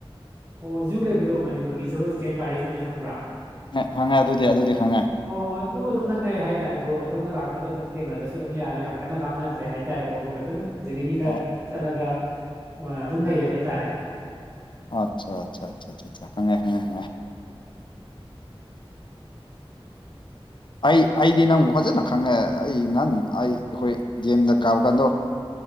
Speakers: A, on the right (about 30°); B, on the left (about 55°).
A: ꯑꯣ ꯖꯨ ꯂꯩꯕꯗꯣ ꯃꯅꯤꯄꯨꯔꯒꯤ ꯖꯔꯣ ꯤꯀꯦꯟ ꯒꯥꯔꯗꯦꯟꯗꯨꯗꯤ ꯈꯪꯕ꯭ꯔꯥ
B: ꯈꯪꯉꯦ ꯑꯗꯨꯗꯤ ꯑꯗꯨꯗꯤ ꯈꯪꯉꯦ
A: ꯑꯣ ꯑꯗꯨꯒ ꯑꯗꯨꯝ ꯅꯪꯅꯔꯦ ꯍꯥꯏ ꯇꯇꯥꯔꯦ ꯕ꯭ꯔꯣꯟꯅ ꯑꯗꯣꯝꯅ ꯂꯥꯛꯄꯗ ꯑꯗꯨꯝ ꯊꯦꯡꯅꯔꯁꯨ ꯑꯗꯨꯝ ꯌꯥꯔꯦ ꯌꯥꯝ ꯀꯟꯅ ꯂꯥꯞꯅꯗ꯭ꯔꯦ ꯍꯥꯏ ꯇꯔꯦꯀꯣ ꯕ꯭ꯔꯣꯛ ꯈꯛꯇꯪ ꯑꯗꯨꯗꯒꯤ ꯈꯔ
B: ꯑꯣ
A: ꯆꯠꯂꯒ ꯑꯗꯨꯝ ꯂꯩꯔꯦ ꯍꯥꯏ ꯇꯔꯦ
B: ꯑꯆꯥ ꯑꯆꯥ ꯍ ꯑꯩ ꯑꯩꯗꯤ ꯅꯪꯕꯨ ꯐꯖꯅ ꯈꯪꯉꯦ ꯑꯩ ꯅꯍꯥꯟ ꯑꯩ ꯑꯩꯈꯣꯏ ꯒꯦꯝꯗ ꯀꯥꯕ ꯀꯥꯟꯗꯣ